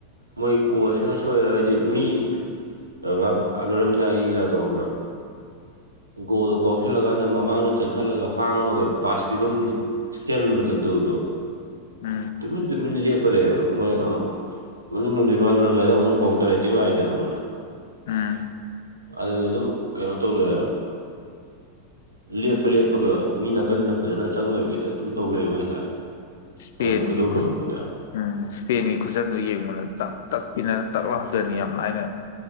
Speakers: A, on the right; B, on the left.
A: ꯃꯣꯏ ꯀꯣꯆꯅ ꯁꯣꯏꯔ ꯍꯥꯏꯗꯤ ꯃꯤ ꯑ ꯉ ꯂꯣꯏꯔꯝꯗꯥꯏꯒꯤꯒ ꯇꯧꯍꯕ꯭ꯔꯥ ꯒꯣꯜꯗꯨ ꯀꯥꯎꯁꯤꯜꯂꯀꯥꯟꯗ ꯃꯃꯥꯡꯗ ꯆꯦꯟꯈꯠꯂꯒ ꯍꯥꯡꯃꯒ ꯄꯥꯁ ꯄꯤꯐꯝ ꯕꯗꯧꯗꯣ
B: ꯎꯝ
A: ꯇꯨꯃꯤꯟ ꯇꯨꯃꯤꯟ ꯂꯦꯞ ꯂꯩꯑꯦꯕ ꯃꯣꯏ ꯃꯅꯤꯡ ꯅꯨꯡ ꯃꯥ ꯂꯣꯏꯨꯔꯝꯗꯥꯏꯗ ꯑꯃꯨꯛ ꯄꯥꯎꯨꯡ ꯇꯔꯦꯠ ꯆꯤ ꯂꯥꯛꯑꯏꯗꯅ ꯑꯃꯨꯛꯥꯏ
B: ꯎꯝ
A: ꯑꯗꯨꯗ ꯑꯗꯨꯝ ꯀꯩꯅꯣ ꯇꯧꯔꯦꯕ ꯂꯦꯞꯄ ꯂꯦꯞꯄꯒ ꯃꯤ ꯅꯥꯀꯟꯗ ꯐꯖꯅ ꯆꯪꯗꯕꯤꯗ ꯑꯗꯨꯝ ꯇꯧ ꯂꯩꯕ ꯍꯥꯏꯇꯥꯔꯦ
B: ꯏꯁꯄꯦꯟꯒꯤ
A: ꯑ ꯈꯣꯏꯗꯧ
B: ꯈꯨ
A: ꯊꯣꯅꯕꯗꯦ
B: ꯎꯝ ꯏꯁꯄꯦꯟꯒꯤ ꯈꯨꯆꯟꯗꯨꯣ ꯌꯦꯡꯕꯅ ꯇꯥꯛ ꯇꯛ ꯄꯤꯅꯅ ꯇꯥꯛ ꯂꯥꯎꯖꯅꯤ ꯌꯥꯝ ꯂꯥꯏꯅ